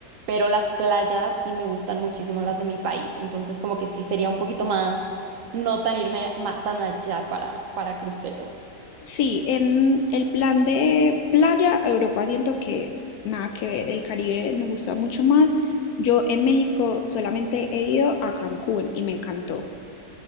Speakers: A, on the right; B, on the left.
A: pero las playas sí me gustan muchísimo las de mi país, entonces como que sí sería un poquito más, no tan irme ma- tan allá para, para cruceros.
B: Sí, en el plan de playa, Europa siento que nada que ver, el Caribe me gusta mucho más. Yo en México solamente he ido a Cancún y me encantó.